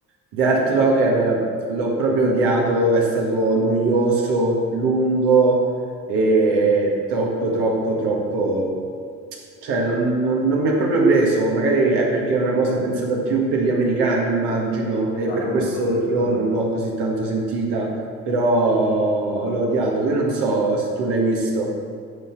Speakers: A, on the right (about 75°); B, on the left (about 70°).
A: The Art Locker l'ho proprio odiato, è stato noioso, lungo e troppo, troppo, troppo... Cioè, non, non- non mi ha proprio preso, magari è perché è una cosa pensata più per gli americani, immagino, e
B: era
A: per
B: molto
A: questo
B: pensato.
A: io non l'ho così tanto sentita, però l'ho odiato. Io non so se tu l'hai visto.